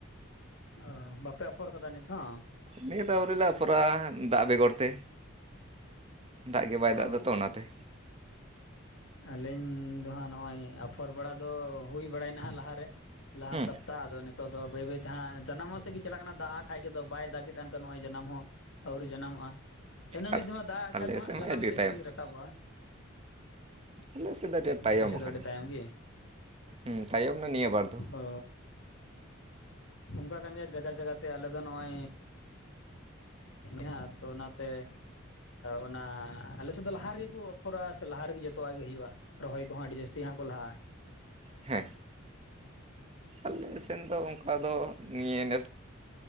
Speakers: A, on the left; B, on the right.
A: ᱚ ᱵᱟᱯᱮ ᱟᱯᱷᱚᱨ ᱠᱟᱫᱟ ᱱᱤᱛᱦ ᱦᱚᱸ?
B: ᱱᱤᱫ ᱦᱚᱸ ᱟᱹᱣᱨᱤ ᱞᱮ ᱟᱯᱷᱚᱨᱟ-ᱟ ᱫᱟᱜ ᱵᱮᱜᱚᱨ ᱛᱮ᱾ ᱫᱟᱜ ᱜᱮ ᱵᱟᱭ
A: ᱚ
B: ᱫᱟᱜ ᱮᱫᱟᱛᱚ ᱚᱱᱟᱛᱮ
A: ᱟᱹᱞᱤᱧ ᱫᱚ ᱦᱟᱸᱜ ᱱᱚᱜ-ᱚᱭ ᱟᱯᱷᱚᱨ ᱵᱟᱲᱟ ᱫᱚ ᱦᱩᱭ ᱵᱟᱲᱟᱭ ᱱᱟ ᱱᱟᱦᱟᱜ ᱞᱟᱦᱟᱨᱮ ᱞᱟᱦᱟ
B: ᱦᱩᱸ
A: ᱥᱚᱯᱛᱟᱦ ᱟᱫᱚ ᱱᱤᱛᱚᱜ ᱟᱫᱚ ᱵᱟᱹᱭ ᱵᱟᱹᱭᱛᱮ ᱦᱟᱸᱜ ᱡᱟᱱᱟᱢᱚᱜ ᱥᱮᱫ ᱜᱮ ᱪᱟᱞᱟᱜ ᱠᱟᱱᱟ ᱫᱟᱜ-ᱟᱜ ᱠᱷᱟᱡ ᱜᱮ ᱵᱟᱭ ᱫᱟᱜ ᱮᱫ ᱠᱟᱱ ᱛᱟᱦᱮ ᱱᱚᱜ-ᱚᱭ ᱡᱟᱱᱟᱢ ᱦᱚᱸ ᱟᱹᱣᱨᱤ ᱡᱟᱱᱟᱢᱚᱜ-ᱟ᱾ ᱤᱱᱟᱹ
B: ᱟᱨ
A: ᱢᱤᱫ ᱫᱚᱢ ᱫᱟᱜ ᱟᱜ
B: ᱟᱞᱮ
A: ᱠᱷᱟᱡ ᱫᱚ ᱦᱟᱸᱜ ᱡᱟᱱᱟᱢ
B: ᱢᱟ ᱟᱹᱰᱤ
A: ᱥᱮᱫ
B: ᱛᱟᱭᱚᱢ
A: ᱜᱮ
B: ᱠᱟᱱᱟ,
A: ᱨᱟᱠᱟᱵᱚᱜ-ᱟ᱾
B: ᱟᱞᱮ ᱥᱮᱫ ᱫᱚ ᱟᱹᱰᱤ ᱟᱸᱴ ᱛᱟᱭᱚᱢ
A: ᱟᱯᱮ ᱥᱮᱫ
B: ᱟᱠᱟᱱᱟ
A: ᱫᱚ ᱟᱹᱰᱤ ᱛᱟᱭᱚᱢ ᱜᱮ?
B: ᱦᱩᱸ ᱛᱟᱭᱚᱢ ᱮᱱᱟ ᱱᱤᱭᱟᱹ ᱵᱟᱨ ᱫᱚ᱾
A: ᱚ ᱚᱱᱠᱟ ᱠᱟᱱ ᱜᱮᱭᱟ ᱡᱟᱭᱜᱟ ᱡᱟᱭᱜᱟᱛᱮ ᱟᱞᱮ ᱫᱚ ᱱᱚᱜ-ᱚᱭ ᱦᱮᱸ ᱛᱚ ᱚᱱᱟᱛᱮ ᱚᱱᱟ ᱟᱞᱮ ᱥᱮᱫ ᱫᱚ ᱞᱟᱦᱟ ᱨᱮᱜᱮ ᱠᱚ ᱟᱯᱷᱚᱨᱟ ᱥᱮ ᱞᱟᱦᱟ ᱨᱮᱜᱮ ᱡᱚᱛᱚ ᱜᱮ ᱦᱩᱭᱩᱜ-ᱟ ᱨᱚᱦᱚᱭ ᱠᱚᱦᱚᱸ ᱟᱹᱰᱤ ᱡᱟᱹᱥᱛᱤ ᱦᱟᱸᱜ ᱠᱚ ᱞᱟᱦᱟᱜ-ᱟ᱾
B: ᱦᱮᱸ ᱟᱞᱮ ᱥᱮᱱ ᱫᱚ ᱚᱱᱠᱟ ᱫᱚ ᱱᱤᱭᱟᱹ ᱱᱮᱥ ᱫᱚ